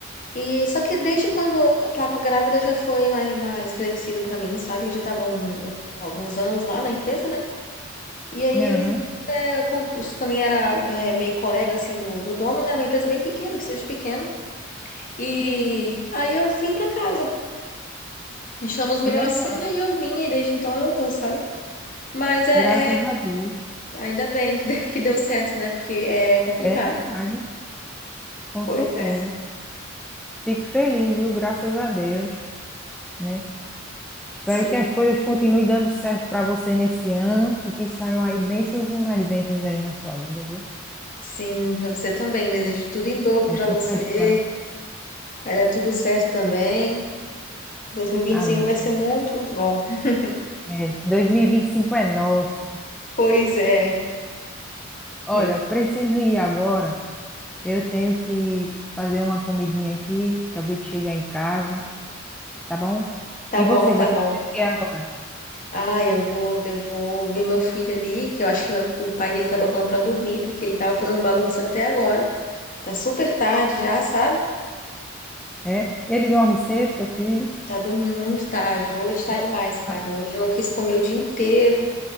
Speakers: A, on the left; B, in the centre.
A: E só que desde quando eu tava grávida já foi mais, mais flexível pra mim, sabe? Eu já tava um- alguns anos lá na empresa, né? E aí
B: Aham.
A: ele é, com- isso também era é, meio colega assim do, do dono, né? Uma empresa bem pequena, um estúdio pequeno. E
B: Que legal,
A: aí eu vim pra casa. Achamos
B: que
A: melhor
B: legal.
A: assim, aí eu vim e desde então eu tô, sabe? Mas é,
B: Graças
A: é-
B: a Deus.
A: ainda bem que <laughs> de- que deu certo, né? Porque é complicado.
B: É verdade, com
A: Pois
B: certeza.
A: é.
B: Fico feliz, viu? Graças a Deus, né? Espero
A: Sim,
B: que as coisas continuem dando certo para você nesse ano e que saiam aí bênçãos e mais bênçãos aí na sua vida, viu?
A: sim, pra você também. Desejo tudo em dobro
B: Aí
A: pra você.
B: nos seus planos.
A: Vai dar tudo certo também. 2025
B: Amém.
A: vai ser muito, muito bom. <laughs>
B: É, 2025 é nosso.
A: Pois é.
B: Olha,
A: É isso.
B: eu preciso ir agora. Eu tenho que fazer uma comidinha aqui. Acabei de chegar em casa, tá bom?
A: Tá
B: E
A: bom,
B: você
A: tá
B: vai
A: bom.
B: fazer o que agora?
A: Ah, eu vou, eu vou ver meu filho ali, que eu acho que meu- o pai dele tá botando pra dormir, porque ele tava fazendo bagunça até agora. Tá super tarde já, sabe?
B: É? Ele dorme cedo, teu filho?
A: Tá dormindo muito tarde. Hoje tá demais,
B: É.
A: cara.
B: Ah,
A: Hoje eu não quis comer o dia inteiro